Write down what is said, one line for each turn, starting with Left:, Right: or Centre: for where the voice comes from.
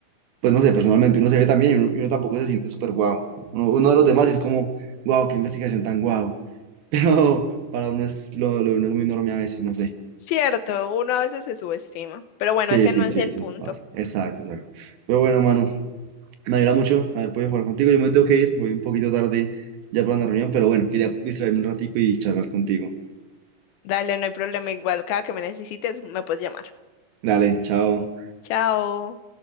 Right: pues no sé, personalmente uno se ve también y uno, y uno tampoco se siente súper guau. Uno, uno de los demás es como, guau, qué investigación tan guau. <laughs> Pero para uno es, lo, lo de uno es muy enorme a veces, no sé.
Left: <laughs> Cierto, uno a veces se subestima. Pero bueno,
Right: Sí,
Left: ese
Right: sí,
Left: no es
Right: sí,
Left: el
Right: eso
Left: punto.
Right: pasa. Exacto, exacto. Pero bueno, Manu, me alegra mucho haber podido jugar contigo. Yo me tengo que ir, voy un poquito tarde ya para una reunión, pero bueno, quería distraerme un ratico y charlar contigo.
Left: Dale, no hay problema. Igual, cada que me necesites, me puedes llamar.
Right: Dale, chao.
Left: Chao.